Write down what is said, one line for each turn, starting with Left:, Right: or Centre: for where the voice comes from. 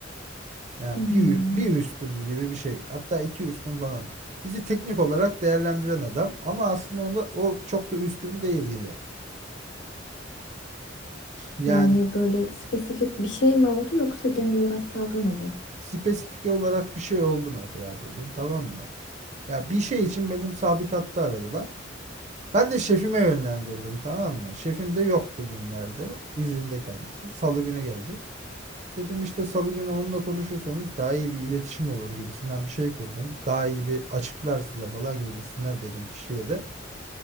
Right: Yani
Left: Hmm,
Right: bir, bir üstüm gibi bir şey. Hatta iki üstüm falan. Bizi teknik olarak değerlendiren adam ama aslında onda o çok da üstüm değil gibi. Yani
Left: Yani böyle spesifik bir şey mi oldu yoksa genel olarak tavrı mı bu?
Right: spesifik olarak bir şey oldu mesela bugün tamam mı? Ya bir şey için benim sabit hattı aradılar. Ben de şefime yönlendirdim tamam mı? Şefim de yok bugünlerde. izinde kendisi. Salı günü gelecek. Dedim işte salı günü onunla konuşursanız daha iyi bir iletişim olur gibisinden bir şey kurdum. Daha iyi bir açıklar size falan gibisinden dedim kişiye de.